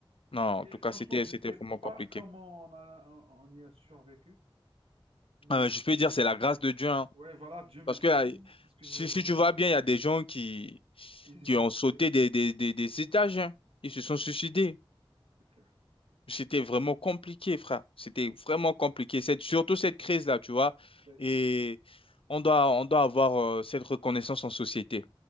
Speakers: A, on the left; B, on the right.
A: Non,
B: Et
A: en tout
B: franchement,
A: cas, c'était,
B: je
A: c'était
B: ne sais
A: vraiment compliqué.
B: pas comment on a, on y a survécu, mais
A: Ah, mais je peux dire, c'est la grâce de Dieu. hein.
B: Ouais, voilà, Dieu merci,
A: Parce que euh,
B: c'est ce que
A: si,
B: je voilà.
A: si tu vois bien, il y a des gens qui,
B: Ils y
A: qui
B: sont
A: ont
B: passés,
A: sauté des, des, des, des étages. hein. Ils se sont suicidés.
B: c'est clair,
A: C'était
B: c'est clair.
A: vraiment compliqué, frère. C'était
B: Mm.
A: vraiment compliqué. Cette, surtout cette crise-là, tu vois.
B: Ouais,
A: Et on doit, on doit avoir euh, cette reconnaissance en société.